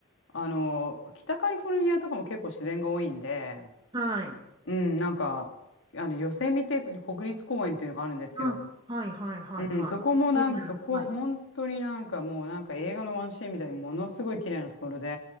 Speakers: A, on the left; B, on the right.
A: あの、北カリフォルニアとかも結構自然が多いんで、
B: はい。
A: うん、なんか、あの、ヨセミテ国立公園っていうのがあるんですよ。
B: あ、はい、はい、はい、
A: うん、
B: はい。
A: そこもなんか、
B: 有名なはい。
A: そこは本当になんかもうなんか映画のワンシーンみたいにものすごい綺麗なところで、